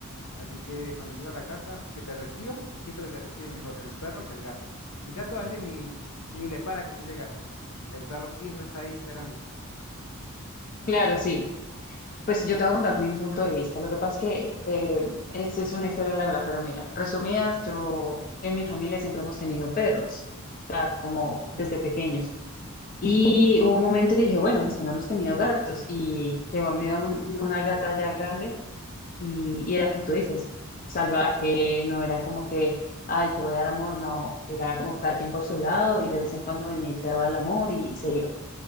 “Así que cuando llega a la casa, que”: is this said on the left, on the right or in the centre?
Left